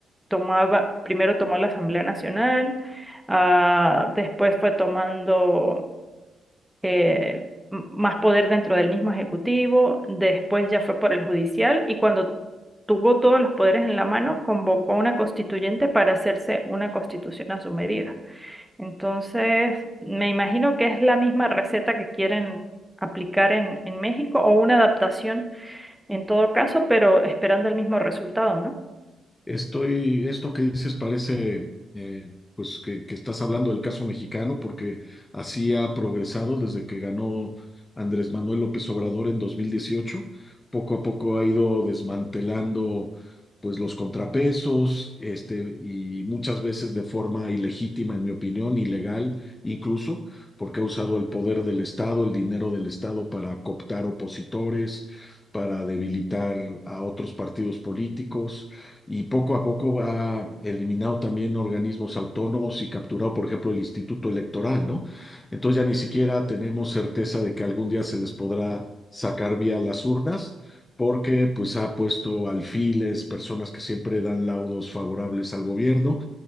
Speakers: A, in the centre; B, on the left.
A: Tomaba, primero tomó la Asamblea Nacional, ah, después fue tomando eh, m- más poder dentro del mismo ejecutivo, después ya fue por el judicial y cuando tuvo todos los poderes en la mano, convocó a una constituyente para hacerse una constitución a su medida. Entonces, me imagino que es la misma receta que quieren aplicar en, en México o una adaptación en todo caso, pero esperando el mismo resultado, ¿no?
B: Estoy, esto que dices parece, eh, pues que, que estás hablando del caso mexicano, porque así ha progresado desde que ganó Andrés Manuel López Obrador en 2018. Poco a poco ha ido desmantelando, pues, los contrapesos, este, y muchas veces de forma ilegítima, en mi opinión, ilegal, incluso, porque ha usado el poder del Estado, el dinero del Estado para cooptar opositores, para debilitar a otros partidos políticos y poco a poco ha eliminado también organismos autónomos y capturado, por ejemplo, el Instituto Electoral, ¿no? Entonces ya ni siquiera tenemos certeza de que algún día se les podrá sacar vía las urnas, porque pues ha puesto alfiles, personas que siempre dan laudos favorables al gobierno